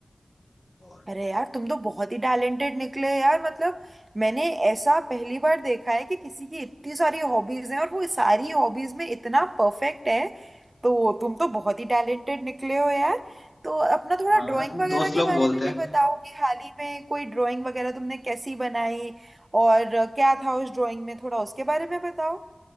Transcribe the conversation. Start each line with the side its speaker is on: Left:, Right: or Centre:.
Left: और
Right: अरे यार तुम तो बहुत ही टैलेंटेड निकले यार मतलब मैंने ऐसा पहली बार देखा है कि किसी की इतनी सारी हॉबीज हैं और वो सारी हॉबीज में इतना परफेक्ट है तो तुम तो बहुत ही टैलेंटेड निकले हो यार तो अपना थोड़ा
Left: हाँ
Right: ड्राइंग वगैरह
Left: दोस्त
Right: के
Left: लोग
Right: बारे
Left: बोलते
Right: में भी
Left: हैं
Right: बताओ कि हाल ही में कोई ड्राइंग वगैरह तुमने कैसी बनाई और क्या था उस ड्राइंग में थोड़ा उसके बारे में बताओ